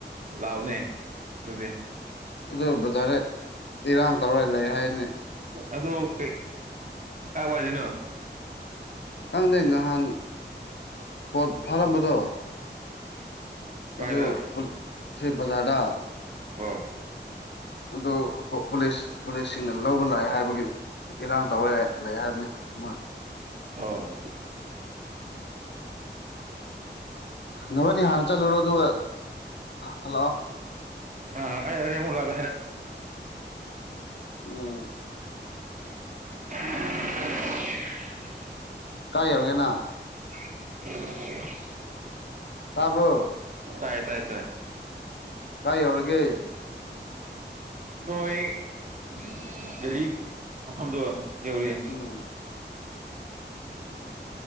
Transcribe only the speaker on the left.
ꯑꯗꯨ ꯕꯖꯥꯔꯗ ꯏꯔꯥꯡ ꯇꯧꯔ ꯂꯩ ꯍꯥꯏꯅꯦ
ꯈꯪꯗꯦ ꯅꯍꯥꯟ
ꯄꯣꯠ ꯐꯥꯔꯝꯕꯗꯣ
ꯑꯗꯨ ꯁꯤ ꯕꯖꯥꯔꯗꯥ
ꯑꯗꯨ ꯄꯨ ꯄꯨꯂꯤꯁꯁꯤꯡꯅ ꯂꯧꯕ ꯂꯥꯛꯑꯦ ꯍꯥꯏꯕꯒꯤ ꯏꯔꯥꯡ ꯇꯧꯋꯦ ꯂꯩ ꯍꯥꯏꯕꯅꯤ ꯃꯣꯏ
ꯅꯕꯗꯤ ꯍꯥꯟꯅ ꯆꯠꯂꯨꯔꯣ ꯑꯗꯨꯒ ꯍꯜꯂꯥꯛꯑꯣ
ꯎꯝ
ꯀꯥ ꯌꯧꯎꯒꯦꯅ
ꯇꯥꯕ꯭ꯔꯣ
ꯀꯥꯏ ꯌꯎꯔꯒꯦ
ꯎꯝ